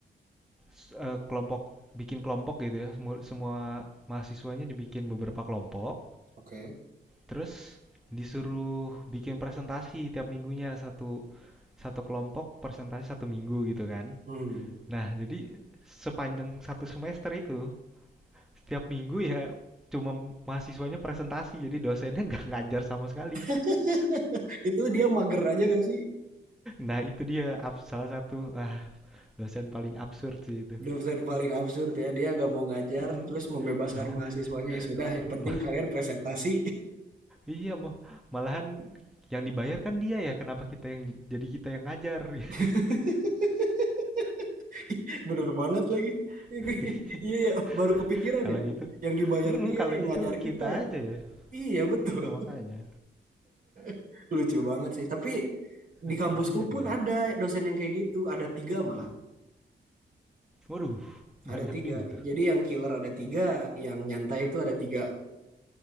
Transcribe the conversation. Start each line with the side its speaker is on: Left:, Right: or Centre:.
Centre: s eee, kelompok bikin kelompok gitu ya, semur semua mahasiswanya dibikin beberapa kelompok,
Right: Oke.
Centre: terus disuruh bikin presentasi tiap minggunya, satu satu kelompok presentasi satu minggu gitu kan.
Right: Hmm.
Centre: Nah, jadi sepanjang satu semester itu, setiap minggu ya cuma mahasiswanya presentasi, jadi dosennya <laughs> nggak ngajar sama sekali.
Right: <laughs> Itu dia mager aja gak sih?
Centre: Nah, itu dia salah satu wah, dosen paling absurd sih itu.
Right: Dosen paling absurd ya. Dia gak mau ngajar
Centre: Mm-mm,
Right: terus membebaskan
Centre: nggak mau
Right: mahasiswanya
Centre: ngajar.
Right: ya sudah yang penting
Centre: Ma-
Right: kalian presentasi.
Centre: iya, mau malahan yang dibayar kan dia ya, kenapa kita yang jadi kita yang ngajar gitu.
Right: <laughs> <laughs> Bener banget lagi. <laughs>
Centre: <laughs>
Right: Iya ya, baru kepikiran
Centre: Kalau
Right: ya.
Centre: gitu,
Right: Yang dibayar
Centre: mm-mm,
Right: dia,
Centre: kalau
Right: yang
Centre: gitu
Right: ngajar kita
Centre: kita
Right: ya.
Centre: aja ya.
Right: Iya betul.
Centre: Iya, makanya.
Right: <laughs> Lucu banget sih. Tapi di
Centre: Itu
Right: kampusku
Centre: dianya.
Right: pun ada dosen yang kayak gitu. Ada tiga malah.
Centre: Waduh,
Right: Ada
Centre: banyak
Right: tiga.
Centre: juga tuh.
Right: Jadi yang killer ada tiga, yang nyantai itu ada tiga.